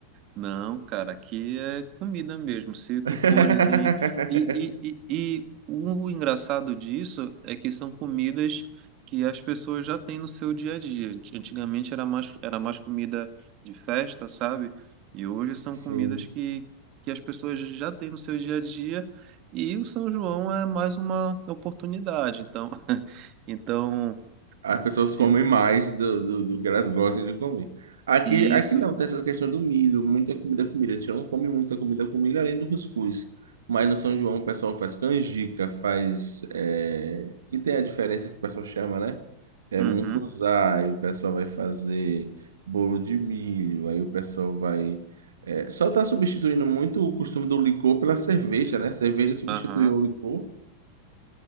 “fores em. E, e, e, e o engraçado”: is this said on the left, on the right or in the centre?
Right